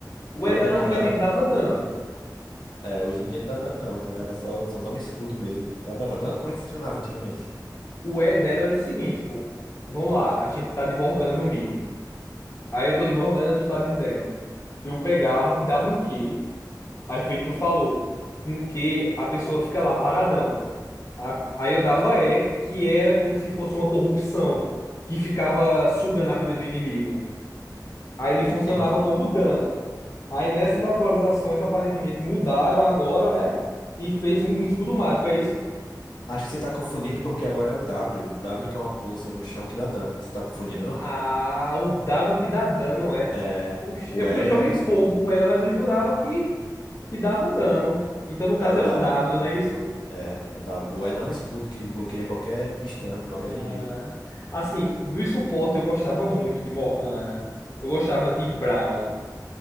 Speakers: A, on the left (about 40°); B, on the left (about 85°).
A: O
B: O
A: E
B: E
A: dela
B: da Morgana,
A: antigamente dava dano.
B: é, hoje em dia não dá dano, não, tá? Ela só, só dá um escudo mesmo. Ela dava dano? Como é que funcionava antigamente?
A: O E dela era o seguinte, pô. Vamos lá, a gente tá de Morgana no mid. Aí eu tô de Morgana, tu tá de Zed. Eu pegava, te dava um Q. Aí feito tu falou. Com Q, a pessoa fica lá paradão. A- Aí eu dava E, que era como se fosse uma corrupção, que ficava sugando a vida do inimigo. Aí ele funcionava
B: Entendi.
A: como dano. Aí nessas atualizações, aparentemente mudaram agora, né? E fez um escudo mágico, é isso?
B: Acho que você tá confundindo porque agora é o W. O W que é uma poça no chão que dá dano. Você tá confundindo, não?
A: Ah, o W que dá dano é.
B: É.
A: Oxe,
B: O
A: é porque
B: E
A: eu joguei
B: é um escudo.
A: pouco com ela, mas eu jurava que, que dava dano. Então, no
B: É
A: caso,
B: o W
A: é o W,
B: agora.
A: não é isso?
B: É, o W. O E dá um escudo que bloqueia qualquer stand, qualquer
A: Ah,
B: inimigo.
A: assim, do suporte eu gostava muito de Morgana. Eu gostava de Brown.